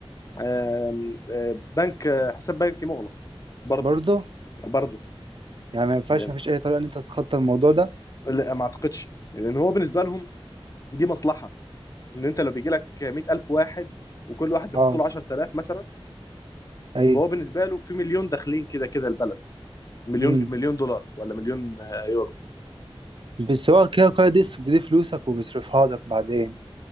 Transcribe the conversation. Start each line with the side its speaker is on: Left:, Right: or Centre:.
Left: آم، آه، بنك آه، حساب بنكي مغلق برضو
Right: برضه
Left: برضو
Right: يعني ما ينفعش
Left: لأن-
Right: ما فيش اي طريقه ان انت تتخطى الموضوع ده
Left: لا ما اعتقدش لان هو بالنسبة لهم دي مصلحة ان انت لو بيجي لك 100000 واحد وكل واحد بيحط
Right: اه
Left: له 10000 مثلا
Right: اي
Left: فهو بالنسبه له في مليون داخلين كده كده البلد مليون
Right: امم
Left: مليون دولار ولا مليون آه، يورو
Right: بس هو كده كده دي دي فلوسك وبيصرفها لك بعدين